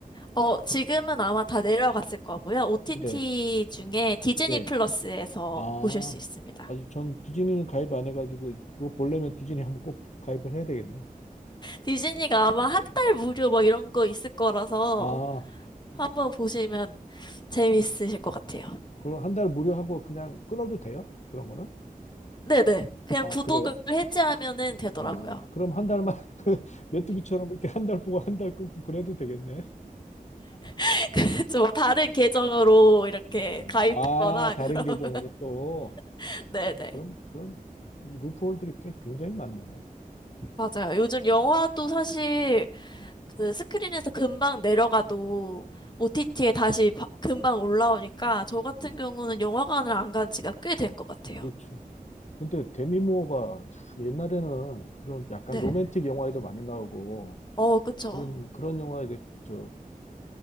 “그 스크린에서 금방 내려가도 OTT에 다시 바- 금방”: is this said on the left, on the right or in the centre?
Left